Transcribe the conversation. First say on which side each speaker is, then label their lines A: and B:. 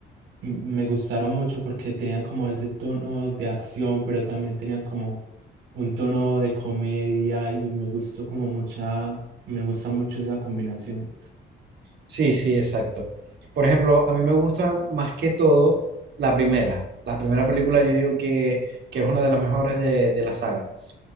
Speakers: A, on the right (about 85°); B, on the right (about 65°).
A: m- me gustaron mucho porque tenían como ese tono de acción, pero también tenían como un tono de comedia y me gustó como mucha, me gusta mucho esa combinación.
B: Sí, sí, exacto. Por ejemplo, a mí me gusta más que todo la primera. La primera película yo digo que, que es una de las mejores de, de la saga.